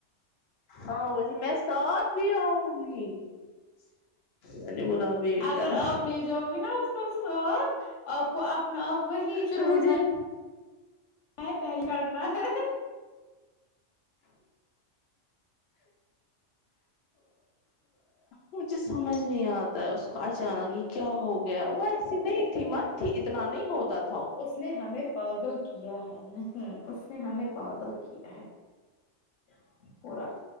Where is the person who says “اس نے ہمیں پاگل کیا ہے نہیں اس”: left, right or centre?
Left